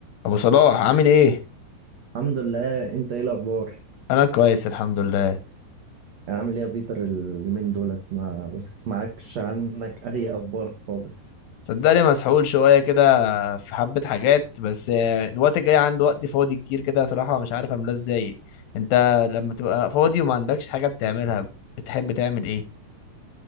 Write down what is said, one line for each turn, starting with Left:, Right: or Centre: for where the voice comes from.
Left: ابو صلاح عامل ايه
Right: الحمد لله انت ايه الاخبار
Left: انا كويس الحمد لله
Right: يعني عامل ايه يا بيتر اليومين دولت ما بسمعكش عنك اي اخبار خالص
Left: صدقني مسحول شويه كده في حبه حاجات بس آه، الوقت الجاي عندي وقت فاضي كتير كده صراحه مش عارف املاه ازاي انت لما تبقى فاضي وما عندكش حاجه بتعملها بتحب تعمل ايه